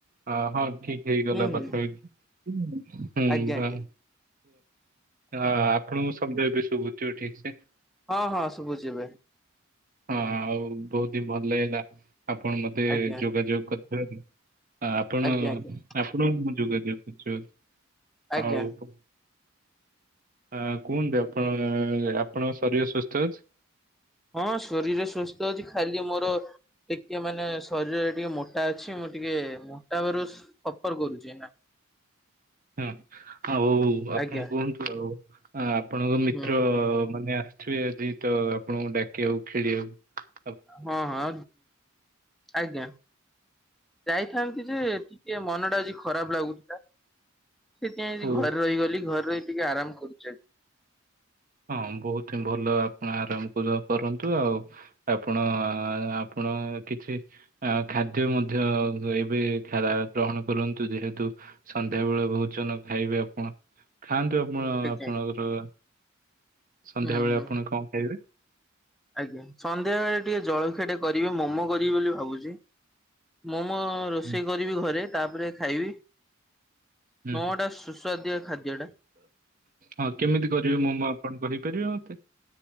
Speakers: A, on the right (about 40°); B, in the centre.
A: ହ ହଁ ଠିକ ହୋଇଗଲା
B: ହୁଁ ହୁଁ
A: ପାଖା ପାଖି ହୁଁ
B: ଆଜ୍ଞା
A: ହଁ।
B: ଆଜ୍ଞା
A: ଆ ଆପଣଙ୍କୁ ଶବ୍ଦ ଏବେ ଶୁଭୁଥିବ ଠିକ ସେ।
B: ହଁ ହଁ ସବୁଛି ଏବେ।
A: ହଁ ଆଉ ବହୁତ ହି ଭଲ ଲାଗିଲା ଆପଣ ମତେ
B: ଆଜ୍ଞା
A: ଯୋଗାଯୋଗ କରିଥିବାରୁ। ଆପଣ
B: ଆଜ୍ଞା ଆଜ୍ଞା
A: ଆପଣ ମୁଁ ଯୋଗାଯୋଗ କରିଛି ବଧେ
B: ଆଜ୍ଞା
A: ଆଉ। ହଁ କୁହନ୍ତୁ ଆପଣ ଆପଣଙ୍କ ଶରୀର ସୁସ୍ଥ ଅଛି।
B: ହଁ ଶରୀର ସୁସ୍ଥ ଅଛି ଖାଲି ମୋର। ଟିକେ ମାନେ ଶରୀରରେ ଟିକେ ମୋଟା ଅଛି ମୁଁ ଟିକେ ମୋଟା ହବାରୁ ସଫର କରୁଛି ନା
A: <inaudible> ହଁ ଆଉ ଆପଣ
B: ଆଜ୍ଞା
A: କୁହନ୍ତୁ ଆଉ ଆପଣଙ୍କ ମିତ୍ର
B: ହୁଁ
A: ମାନେ ଥିବେ ଯଦି ତ ଆପଣଙ୍କୁ ଡାକି ଆକୁ ଖେଳି ଆଉ।
B: ହଁ ହଁ ଆଜ୍ଞା ଯାଇଥାନ୍ତି ଯେ ଟିକେ ମନ ଟା ଆଜି ଖରାପ ଲାଗୁଥିଲା। ସେଥିପାଇଁ ଆଜି
A: ଓ
B: ଘରେ ରହିଗଲି ଘରେ ରହି ଟିକେ ଆରାମ କରୁଛି ଆଜି
A: ହଁ ବହୁତ ହିଁ ଭଲ ଆପଣ ଆରାମ ପୁରା କରନ୍ତୁ ଆଉ। ଆପଣ ଆପଣ କିଛି। ଆ ଖାଦ୍ୟ ମଧ୍ୟ ଏବେ ସାରା ଗ୍ରହଣ କରନ୍ତୁ ଯେହେତୁ। ସନ୍ଧ୍ୟା ବେଳେ ଭୋଜନ ଖାଇବେ ଆପଣ ଖାଆନ୍ତୁ ଆପଣ
B: ଆଜ୍ଞା।
A: ଆପଣଙ୍କର। ସନ୍ଧ୍ୟାବେଳେ
B: ହୁଁ ହୁଁ
A: ଆପଣ କଣ ଖାଇବେ?
B: ଆଜ୍ଞା ସନ୍ଧ୍ୟାବେଳେ ଟିକେ ଜଳଖିଆଟେ କରିବେ ମୋମୋ କରିବି ବୋଲି ଭାବୁଛି ମୋମୋ ମୁଁ ରୋଷେଇ
A: ହୁଁ
B: କରିବି ଘରେ ତାପରେ ଖାଇବି
A: ହୁଁ।
B: ନଅ ଟା ସୁସ୍ ସୁଆଦିଆ ଖାଦ୍ୟଟା
A: ହଁ କେମିତି କରିବେ ମୋମୋ ଆପଣ କହିପାରିବେ ମତେ?